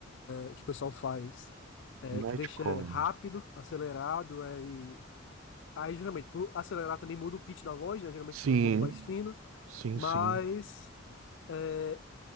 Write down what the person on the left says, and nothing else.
eh, que o pessoal faz, eh,
que deixa rápido, acelerado, eh, e... Aí, geralmente, por acelerar também muda o pitch da voz, né? Geralmente
fica um pouco mais fino,
mas...
eh,